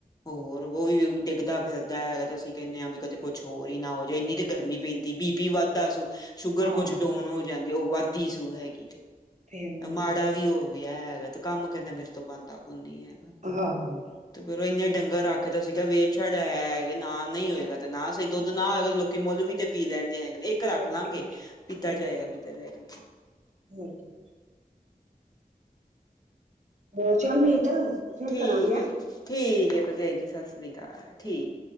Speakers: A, on the left; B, on the right.
A: ਹੋਰ ਓਹ ਵੀ ਡਿੱਗਦਾ ਫਿਰਦਾ ਹੈਗਾ ਤੇ ਅਸੀਂ ਕਹਿੰਦੇ ਆਂ ਵੀ ਕਦੀ ਕੁਛ ਹੋਰ ਹੀ ਨਾ ਹੋ ਜੇ, ਏਨੀ ਤੇ ਗਰਮੀ ਪੈਂਦੀ ਬੀ। ਪੀ ਵਾਧਦਾ ਸੂ, ਸ਼ੂਗਰ
B: ਆਹ
A: ਕੁਛ ਡੋਨ ਹੋ ਜਾਂਦੀ ਓਹ ਵੱਧਦੀ ਸੂ ਹੈਗੀ ਤੇ
B: ਫੇਰ ਮੰਮੀ
A: ਮਾੜਾ
B: ਵਾਂਗ।
A: ਵੀ ਹੋ ਗਿਆ ਹੈਗਾ ਤੇ ਕੰਮ ਕਹਿੰਦਾ ਮੇਰੇ ਤੋਂ ਬਣਦਾ ਕੋ ਨੀ ਹੈਗਾ।
B: ਅਹਾ ਹਾ।
A: ਤੇ ਫੇਰ ਓਹੀਓ ਡੰਗਰ ਰੱਖਦਾ ਸੀਕ ਤੇ ਅਸੀ ਕਿਆ ਵੇਚ ਛੱਡ ਹੈ ਹੈਗੇ ਨਾ ਨਹੀਂ ਹੋਏਗਾ ਤੇ ਨਾ ਸਹੀ ਦੁੱਧ ਨਾ ਹੋਏਗਾ ਤਾਂ ਲੋ ਕੀ ਮੁਲ ਵੀ ਤੇ ਪੀ ਲੈਂਦੇ ਹੈਗੇ ਨੇ ਇੱਕ
B: ਹੋਰ
A: ਰੱਖ ਲਵਾਂਗੇ,
B: ਕੀ ਹੋਰ ਕੀ
A: ਪੀਤਾ
B: ਹੋਰ
A: ਜਾਏਗਾ
B: ਕੀ
A: ਪੀਤਾ ਜਾਏਗਾ।
B: ਹੋਰ ਕੀ। ਹੋਰ ਚੱਲ ਮੀਤ ਫੇਰ
A: ਠੀਕ
B: ਕਰਾਂਗੇ ਹੈਂ
A: ਏ ਠੀਕ ਏ, ਭਰਜਾਈ ਜੀ ਸਤਿ ਸ੍ਰੀ ਅਕਾਲ ਠੀਕ।